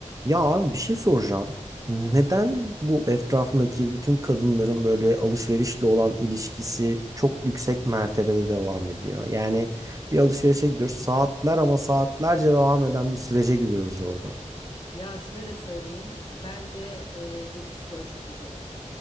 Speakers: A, on the right (about 25°); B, on the left (about 35°).
A: Ya abi bir şey soracağım. Neden bu etrafındaki bütün kadınların böyle alışverişle olan ilişkisi çok yüksek mertebede devam ediyor? Yani bir alışverişe gidiyoruz saatler ama saatlerce devam eden bir sürece giriyoruz orada.
B: Ya şöyle söyleyeyim, bence e, bu psikolojik bir durum.